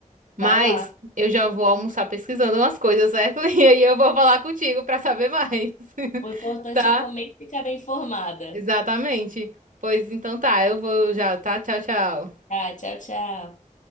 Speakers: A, on the right; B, on the left.
A: Mas
B: vai lá.
A: eu já vou almoçar pesquisando umas coisas, certo? <laughs> E aí eu vou falar contigo pra saber mais, <laughs>
B: O importante
A: tá?
B: é comer e ficar bem informada.
A: Exatamente. Pois então tá, eu vou já, tá? Tchau, tchau.
B: Tá, tchau, tchau.